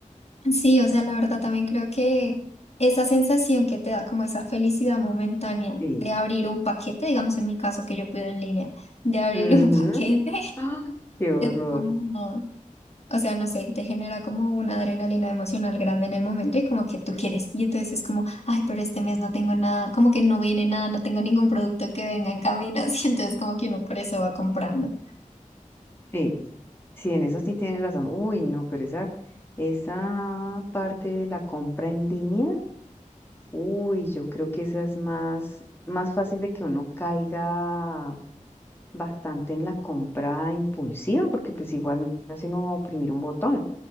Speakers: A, on the left; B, on the left.
A: Sí, o sea, la verdad también creo que esa sensación que te da como esa felicidad momentánea
B: Sí.
A: de abrir un paquete, digamos en mi caso que yo pido en línea, de abrir
B: Ujú.
A: un <laughs> paquete,
B: Ah, qué horror.
A: es como, o sea, no sé, te genera como una adrenalina emocional grande en el momento y como que tú quieres. Y entonces es como, ay, pero este mes no tengo nada, como que no viene nada, no tengo ningún producto que venga en camino, <laughs> así entonces como que uno por eso va comprando.
B: Sí. Sí, en eso sí tienes razón. Uy, no, pero esa, esa parte de la compra en línea, uy, yo creo que esa es más, más fácil de que uno caiga bastante en la compra impulsiva, porque pues igual no es sino oprimir un botón.